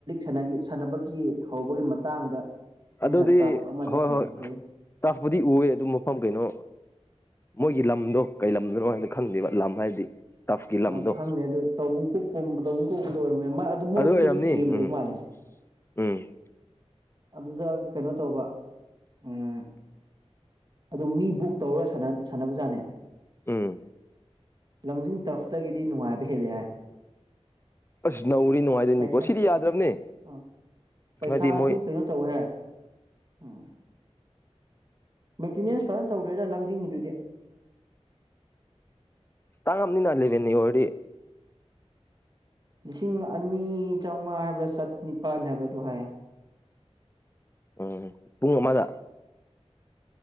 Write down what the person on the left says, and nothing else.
ꯑꯗꯨꯗꯤ
ꯍꯣꯏ
ꯍꯣꯏ ꯇꯥꯛꯄꯨꯗꯤ ꯎꯑꯦ ꯑꯗꯨꯝ ꯃꯐꯝ ꯀꯩꯅꯣ ꯃꯣꯏꯒꯤ ꯂꯝꯗꯣ ꯀꯩ ꯂꯝꯗꯅꯣ ꯍꯥꯏꯗ ꯈꯪꯗꯦꯕ ꯂꯝ ꯍꯥꯏꯗꯤ ꯇꯐꯀꯤ ꯂꯝꯗꯣ
ꯑꯣꯏꯔꯝꯅꯤ
ꯎꯝ
ꯎꯝ
ꯎꯝ
ꯑꯁ ꯅꯧꯔꯤ ꯅꯨꯡꯉꯥꯏꯗꯣꯏꯅꯤꯀꯣ
ꯁꯤꯗꯤ ꯌꯥꯗ꯭ꯔꯕꯅꯦ
ꯍꯥꯏꯗꯤ ꯃꯣꯏ
ꯇꯥꯡꯉꯝꯅꯤ ꯅ ꯂꯩꯕꯦꯟꯅꯤ ꯑꯣꯏ
ꯎꯝ ꯄꯨꯡ ꯑꯃꯗ